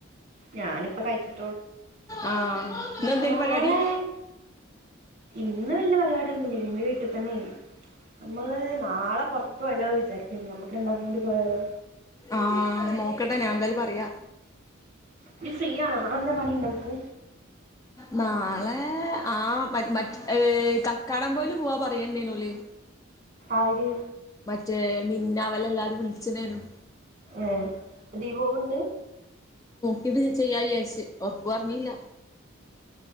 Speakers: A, on the right; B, on the left.
A: ഞാനിപ്പ കഴിച്ചു
B: ആഹ ന്നന്തേനി
A: നാളെ
B: പരിവാടി
A: ഇന്ന് വല്ല്യ പരിപാടി ഒന്നും ഇല്ലേനി ഇന്ന് വീട്ടിൽ തന്നെയ്നി. നമ്മള് നാളെ പുറത്ത് പോയാല്ലോ വിചാരിക്ക്ണ്ട് നമ്മക്ക് രണ്ടാ കൂടി പോയാലോ
B: ആഹ നോക്കട്ടെ ഞാൻ എന്തായാലും പറയാ
A: നീ ഫ്രീ ആണോ നാളെ എന്തേ പണിണ്ടൻക്ക്
B: നാളേ ആ മ മറ്റ ഏ കക്കാടം പൊയിൽ പോവാ പറയേണ്ടയ്ന് ഓല്
A: ആര്
B: മറ്റേ മിന്ന അവല എല്ലാരും വിളിച്ചനേനും
A: ഏ ദീപോവ്ണ്ട്
B: <unintelligible> ടു ചെയ്യാന്ന് ചാര്ച്ചി ഉറപ്പു പറഞ്ഞില്ല